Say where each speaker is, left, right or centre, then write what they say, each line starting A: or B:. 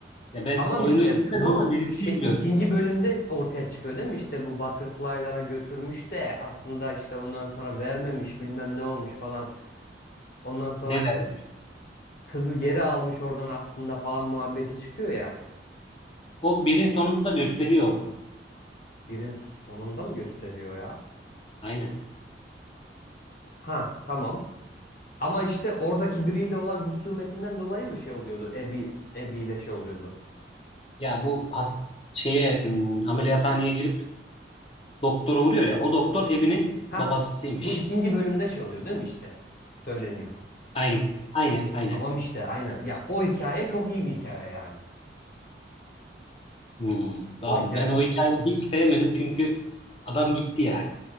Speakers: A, on the left; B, on the left.
A: Ya ben
B: Tamam
A: oyunu
B: işte
A: izlemedim
B: bu
A: ama dizisini
B: şey
A: izliyorum.
B: ikinci bölümde ortaya çıkıyor değil mi? İşte bu butterfly'lara götürmüş de aslında işte ondan sonra vermemiş bilmem ne olmuş falan. Ondan sonra
A: Ne
B: işte
A: vermemiş.
B: kızı geri almış oradan aslında falan muhabbeti çıkıyor ya.
A: O birin sonunda gösteriyor onu.
B: Birin sonunda mı gösteriyor ya?
A: Aynen.
B: Ha tamam. Ama işte oradaki biriyle olan husumetinden dolayı mı şey oluyordu? Abby, Abby ile şey oluyordu.
A: Ya bu hast şeye m, ameliyathaneye girip doktora uğruyor ya o doktor Ebi'nin
B: Ha
A: babasıymış.
B: bu ikinci bölümde şey oluyor değil mi işte? Söyleniyor.
A: Aynen. Aynen. Aynen.
B: Tamam işte aynen. Ya o hikaye çok iyi bir hikaye yani.
A: Hmm. Abi
B: O hikaye
A: ben o hikayeyi hiç sevmedim çünkü adam gitti yani.